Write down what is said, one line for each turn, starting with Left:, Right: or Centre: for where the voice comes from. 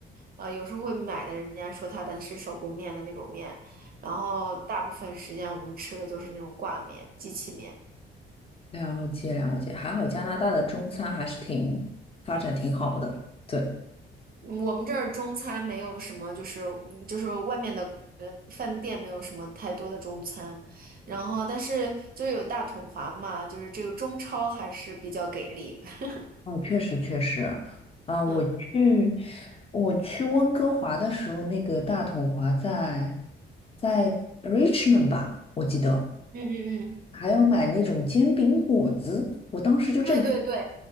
Right: 呃，有时候会买的，人家说它的是手工面的那种面，然后大部分时间我们吃的都是那种挂面、机器面。
Left: 了解了解，还好加拿大的中餐还是挺发展挺好的。对，
Right: 嗯我们这儿中餐没有什么，就是嗯就是外面的呃饭店没有什么太多的中餐，然后但是就有大统华嘛，就是这个中超还是比较给力。<laughs>
Left: 哦，确实确实，啊、我去
Right: 嗯
Left: 我去温哥华的时候，那个大统华在在 Richmond 吧，我记得
Right: 嗯嗯嗯，
Left: 还有买那种煎饼果子，我当时就震
Right: 对对对，